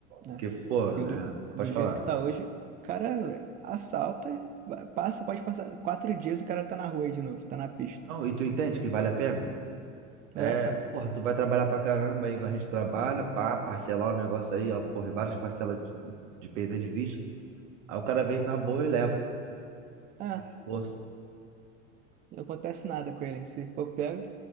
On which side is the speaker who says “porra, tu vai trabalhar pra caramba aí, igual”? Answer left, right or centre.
Right